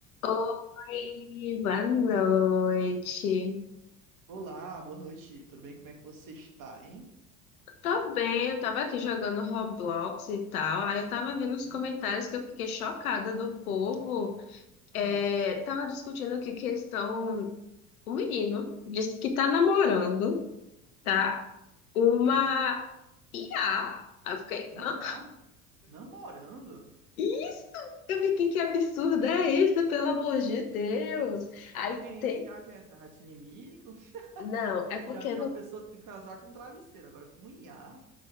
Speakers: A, on the left; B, on the right.
A: Oi, boa noite.
B: Olá, boa noite. Tudo bem? Como é que você está, hein?
A: Tô bem, eu tava aqui jogando Roblox e tal. Aí eu tava vendo os
B: Hum,
A: comentários que eu fiquei chocada do povo. É,
B: Ah,
A: tava discutindo que, que eles estão. O menino disse que tá namorando,
B: vixe,
A: tá? Uma
B: o quê?
A: IA. Aí eu fiquei,
B: Um
A: hã?
B: IA? Namorando?
A: Isso! Eu fiquei, que absurdo é isso, pelo amor de Deus! Aí
B: É quem?
A: tem.
B: Que IA que é essa? Rato inimigo? <laughs>
A: Não, é
B: Eu
A: porque
B: já vi
A: no
B: uma pessoa te- casar com um travesseiro, agora com um IA?